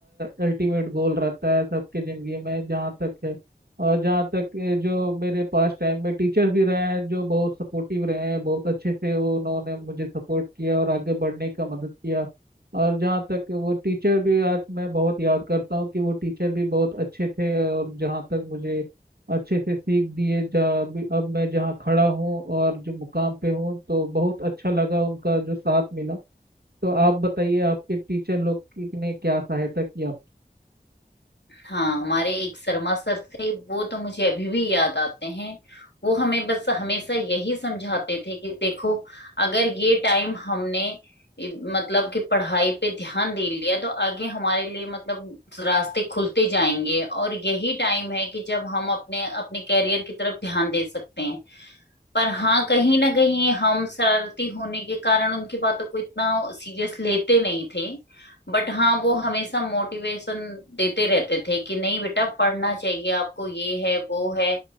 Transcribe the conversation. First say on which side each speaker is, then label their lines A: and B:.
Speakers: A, on the right; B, on the left.
A: अल्टीमेट गोल रहता है सबके ज़िंदगी में जहाँ तक है और जहाँ तक अ, जो मेरे पास टाइम में टीचर्स भी रहे हैं जो बहुत सपोर्टिव रहे हैं बहुत अच्छे से वो उन्होंने मुझे सपोर्ट किया और आगे बढ़ने का मदद किया और जहाँ तक वो टीचर भी आज मैं बहुत याद करता हूँ कि वो टीचर भी बहुत अच्छे थे और जहाँ तक मुझे अच्छे से सीख दिए जहाँ भी अब मैं जहाँ खड़ा हूँ और जो मुकाम पे हूँ तो बहुत अच्छा लगा उनका जो साथ मिला तो आप बताइए आपके टीचर लोग की- ने क्या सहायता की आप
B: हाँ हमारे एक शर्मा सर थे वो तो मुझे अभी भी याद आते हैं वो हमें बस हमेशा यही समझाते थे कि देखो अगर ये टाइम हमने इ- मतलब कि पढ़ाई पे ध्यान दे लिया तो आगे हमारे लिए मतलब रास्ते खुलते जाएंगे और यही टाइम है कि जब हम अपने अपने कैरियर की तरफ ध्यान दे सकते हैं पर हाँ कहीं ना कहीं हम शरारती होने के कारण उनकी बातों को इतना सीरियस लेते नहीं थे बट हाँ वो हमेशा मोटिवेशन देते रहते थे कि नहीं बेटा पढ़ना चाहिए आपको ये है वो है